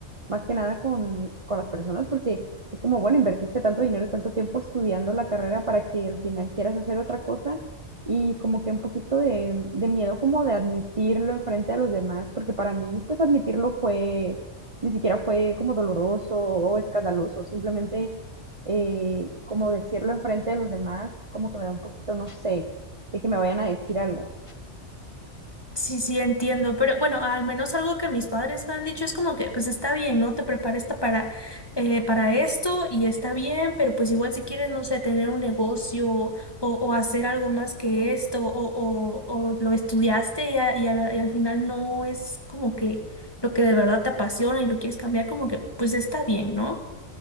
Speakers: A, on the right; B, on the left.
A: más que nada con, con las personas, porque es como, bueno, invertiste tanto dinero y tanto tiempo estudiando la carrera para que al final quieras hacer otra cosa y como que un poquito de, de miedo como de admitirlo enfrente de los demás, porque para mí pues admitirlo fue, ni siquiera fue como doloroso o escandaloso, simplemente eh, como decirlo enfrente de los demás, como que me da un poquito, no sé, de que me vayan a decir algo.
B: Sí, sí, entiendo, pero bueno, al menos algo que mis padres me han dicho es como que, pues está bien, ¿no? Te prepares ta- para, eh, para esto y está bien, pero pues igual si quieres, no sé, tener un negocio o, o hacer algo más que esto o, o, o lo estudiaste y, a- y a la- y al final no es como que lo que de verdad te apasiona y lo quieres cambiar, como que, pues está bien, ¿no?